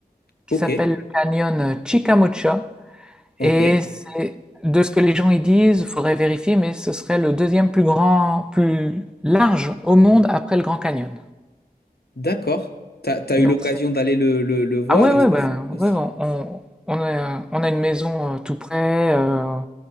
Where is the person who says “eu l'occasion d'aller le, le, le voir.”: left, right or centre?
Left